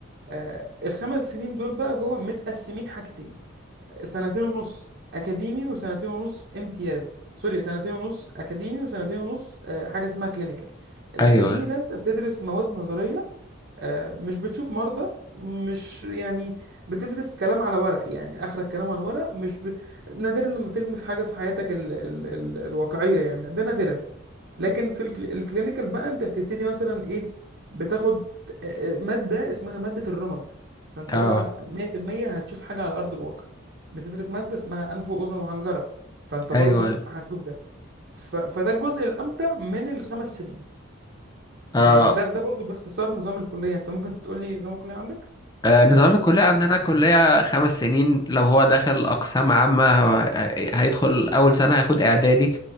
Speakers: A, on the right; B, on the left.
A: آه، الخمس سنين دول بقى جوه متقسمين حاجتين سنتين ونص اكاديمي وسنتين ونص امتياز سوري سنتين ونص اكاديمي وسنتين ونص آه، حاجه اسمها كلينيكال الاكاديمي
B: ايوه
A: ده انت بتدرس مواد نظريه آه، مش بتشوف مرضى مش يعني بتدرس كلام على ورق يعني اخرك كلام على ورق مش ب... نادرا لما تلمس حاجه في حياتك ال... ال... ال... الواقعيه يعني ده نادرا لكن في الكل- الكلينيكال بقى انت بتبتدي مثلا ايه بتاخد آه، آه، ماده اسمها ماده الرمد فانت
B: اه
A: بقى 100% هتشوف حاجه على ارض الواقع بتدرس ماده اسمها انف واذن وحنجره فانت برضو
B: ايوه
A: هتشوف ده ف... فده الجزء الامتع من الخمس سنين
B: اه
A: يعني ده ده برضو باختصار نظام الكلية انت ممكن تقول لي نظام الكلية عندك
B: آه، نظام الكلية عندنا كلية خمس سنين لو هو داخل أقسام عامة هو- آه، هيدخل أول سنة هياخد إعدادي